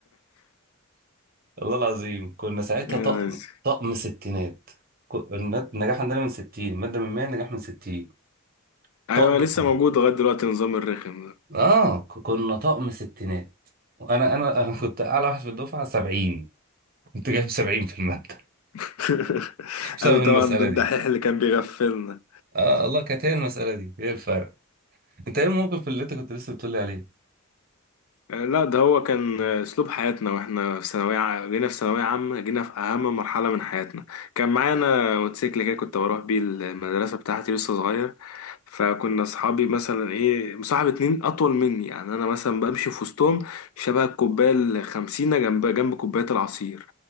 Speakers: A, on the right; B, on the left.
A: والله العظيم كنا ساعتها
B: <laughs>
A: طقم طقم ستينات كو- النا- النجاح عندنا من 60 المادة من 100 النجاح من 60
B: ايوه
A: طقم
B: لسه موجود لغايه دلوقتي نظام الرخم ده
A: اه ك- كنا طقم ستينات وانا انا انا كنت اعلى واحد في الدفعة 70 كنت جايب 70 في المادة
B: <laughs>
A: <laughs> بسبب
B: انا طبعا
A: المسألة
B: ده الدحيح
A: دي
B: اللي كان بيغفلنا
A: اه الله كانت هي المسألة دي هي الفرق انت ايه الموقف اللي انت كنت لسه بتقولي عليه
B: آه، لا ده هو كان آه، اسلوب حياتنا واحنا في ثانويه ع- جينا في ثانويه عامه جينا في اهم مرحله من حياتنا كان معانا موتوسيكل كده كنت بروح بيه المدرسه بتاعتي لسه صغير فكنا اصحابي مثلا ايه مصاحب اتنين اطول مني يعني انا مثلا بمشي في وسطهم شبه الكوبايه الخمسينه جنب جنب كوبايه العصير